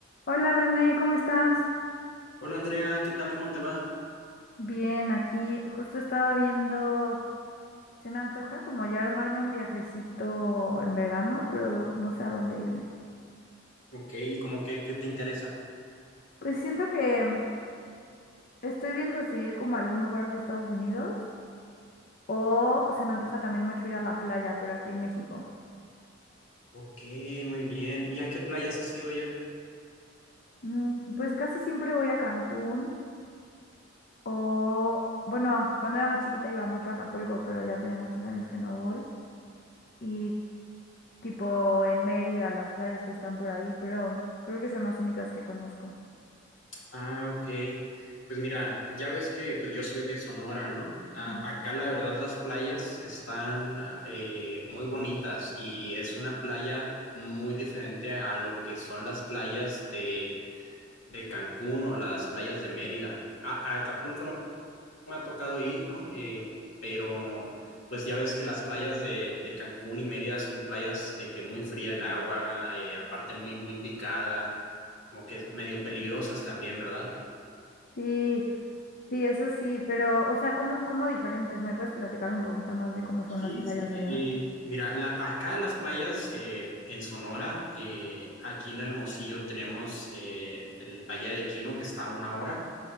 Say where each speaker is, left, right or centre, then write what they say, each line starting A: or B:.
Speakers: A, on the left; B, on the left.
A: Hola René, ¿cómo estás?
B: Hola Andrea, ¿qué tal? ¿Cómo te va?
A: Bien, aquí justo estaba viendo, se me antoja como ya armarme un viajecito en verano, pero no sé a dónde irme.
B: Ok, ¿y como que qué te interesa?
A: Pues siento que estoy viendo si ir como a algún lugar de Estados Unidos o se me antoja también mucho ir a la playa, pero aquí en México.
B: Ok, muy bien. ¿Y a qué playas has ido ya?
A: Mm, pues casi siempre voy a Cancún o, bueno, cuando era más chiquita iba mucho a Acapulco, pero ya tiene muchos años que no voy. Y tipo en Mérida, las playas que están por ahí, pero creo que son las únicas que conozco.
B: Ah, ok. Pues mira, ya ves que pues yo soy de Sonora, ¿no? A-
A: Ujú.
B: acá la verdad las playas están eh, muy bonitas y es una playa muy diferente a, lo que son las playas de, de Cancún o las playas de Mérida. A, a Acapulco no me ha tocado ir, ¿no? Eh, pero pues ya ves que las playas de, de Cancún y Mérida son playas de que muy fría el agua, eh, aparte muy, muy picada, como que medio peligrosas también, ¿verdad?
A: Sí, sí, eso sí, pero, o sea, ¿cómo, cómo diferentes? ¿Me puedes platicar un poquito más de cómo
B: Sí,
A: son las playas
B: sí.
A: allá?
B: eh, mira, la- acá las playas eh, en Sonora, eh, aquí en Hermosillo tenemos eh, el Valle de Quino que está a una hora.